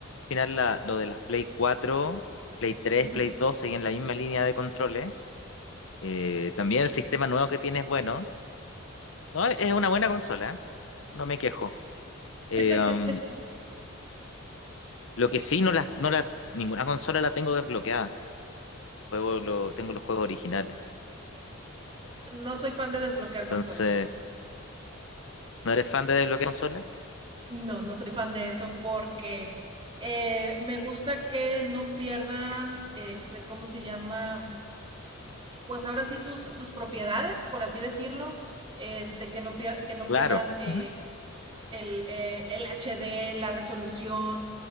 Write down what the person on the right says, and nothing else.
ujú,
ok.
<laughs>
No soy fan de desbloquear consolas.
No, no soy fan de eso porque eh, me gusta que no pierdan, este, ¿cómo se llama? Pues ahora sí sus, sus propiedades, por así decirlo, este, que no pier- que no
pierdan eh,
el, eh, el HD, la resolución,